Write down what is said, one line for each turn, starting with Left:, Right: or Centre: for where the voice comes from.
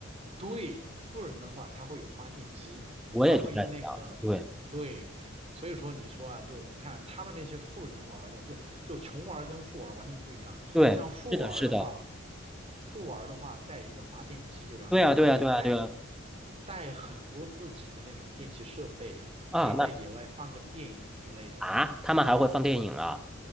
Right: 对，富人的话，他会有发电机，
Centre: 我也就在想，
Right: 他会用那个，
Centre: 对
Right: 对，所以说你说啊，就你看他们那些富人玩儿的，就就穷玩儿跟富玩儿完全不一样。
Centre: 对，
Right: 像富玩儿的话，
Centre: 是的，是的，
Right: 富玩儿的话带一个发电机，然后呢可以带
Centre: 对啊，对啊，对啊，对啊，
Right: 带很多自己的那种电器设备，
Centre: 啊，
Right: 可以在野外放个电影之类的。
Centre: 那啊，他们还会放电影啊？